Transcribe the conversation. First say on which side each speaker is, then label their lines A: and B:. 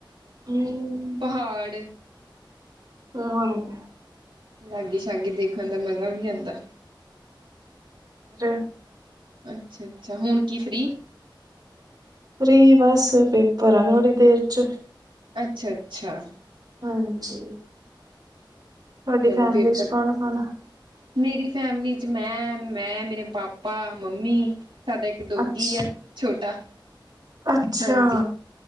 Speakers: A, on the right (about 50°); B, on the right (about 75°).
A: ਹੂੰ
B: ਪਹਾੜ
A: ਹ ਹੋਜੀ
B: ਲਾਗੇ ਸ਼ਾਗੀ ਦੇਖਣ ਦਾ ਮਜ਼ਾ ਵੀ ਆਉਂਦਾ।
A: ਹੋਰ।
B: ਅੱਛਾ, ਅੱਛਾ ਹੁਣ ਕੀ ਫ੍ਰਰੀ
A: ਫਰੀ ਬਸ ਪੇਪਰ ਆ ਥੋੜ੍ਹੀ ਦੇਰ ਚ।
B: ਅੱਛਾ, ਅੱਛਾ
A: ਹਾਂਜੀ ਤੁਹਾਡੀ
B: ਚਲੋ,
A: ਫੈਮਿਲੀ
B: ਪੇਪਰ
A: ਚ ਕੌਣ ਕੌਣ ਆ
B: ਮੇਰੀ ਫੈਮਿਲੀ ਚ ਮੈਂ ਮੈਂ, ਮੇਰੇ ਪਾਪਾ, ਮੰਮੀ ਸਾਡਾ ਡੋਗੀ
A: ਅੱਛਾ
B: ਆ ਛੋਟਾ,
A: ਅੱਛਾ
B: ਹਾਂਜੀ